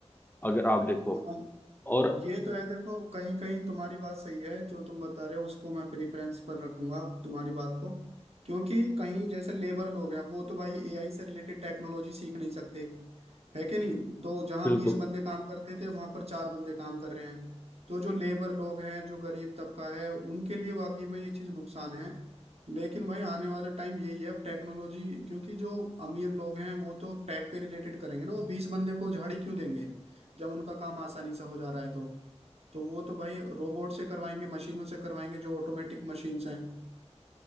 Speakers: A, on the left; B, on the right.
A: अगर आप देखो
B: हाँ,
A: और
B: ये तो है देखो कहीं कहीं तुम्हारी बात सही है जो तुम बता रहे हो उसको मैं प्रेफरेंस पर रखूंगा तुम्हारी बात को क्योंकि कहीं जैसे लेबर लोग हैं वो तो भाई एआई से रिलेटेड टेक्नोलॉजी सीख नहीं सकते है कि नहीं तो जहाँ
A: बिल्कुल
B: बीस बंदे काम करते थे वहां पर चार बंदे काम कर रहे हैं तो जो लेबर लोग हैं जो गरीब तबका है उनके लिए वाकई में ये चीज़ नुकसान है लेकिन भाई आने वाला टाइम यही है अब टेक्नोलॉजी क्योंकि जो अमीर लोग हैं वो तो टेक पे रिलेटेड करेंगे ना वो बीस बंदे को झाड़ी क्यों देंगे जब उनका काम आसानी से हो जा रहा है तो तो वो तो भाई रोबोट से करवाएंगे मशीनों से करवाएंगे जो ऑटोमेटिक मशीन्स हैं